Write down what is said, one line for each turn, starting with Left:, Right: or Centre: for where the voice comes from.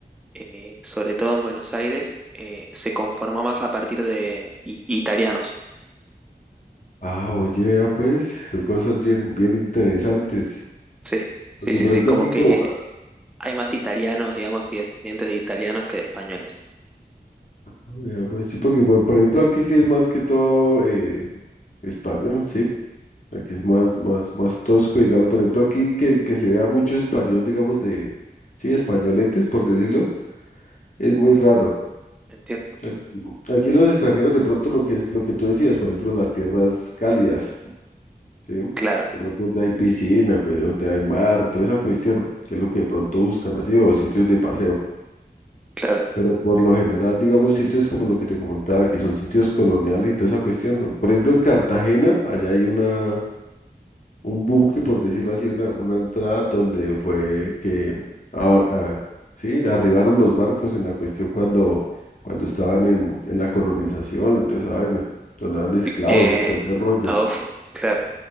Centre: eh, sobre todo en Buenos Aires, eh, se conformó más a partir de i- italianos.
Left: ah, oye, vea pues, son cosas bien, bien interesantes.
Centre: Sí, sí,
Left: Porque
Centre: sí,
Left: por
Centre: sí,
Left: ejemplo
Centre: como
Left: aquí
Centre: que
Left: como, ah,
Centre: hay más italianos, digamos, y descendientes de italianos que de españoles.
Left: vea, pues sí, porque por, por ejemplo aquí sí es más que todo eh, español, sí. Aquí es más, más, más tosco, digamos, por ejemplo aquí que, que se vea mucho español, digamos, de, sí, españoletes, por decirlo, es muy raro.
Centre: Entiendo.
Left: Aquí, aquí los extranjeros de pronto lo que es lo que tú decías, por ejemplo, las tierras cálidas. ¿sí? De
Centre: Claro,
Left: pronto donde hay piscina, pues, donde hay mar, toda esa cuestión, que es lo que de pronto buscan así, o sitios de paseo.
Centre: claro.
Left: Pero por lo general, digamos, sitios como lo que te comentaba, que son sitios coloniales y toda esa cuestión, ¿no? Por ejemplo, en Cartagena, allá hay una, un buque, por decirlo así, una, una entrada donde fue que, ah, ah, sí, arribaron los barcos en la cuestión cuando, cuando estaban en, en la colonización, entonces, vaina, cuando eran esclavos
Centre: Eh,
Left: y todo ese rollo.
Centre: uf, <laughs> claro.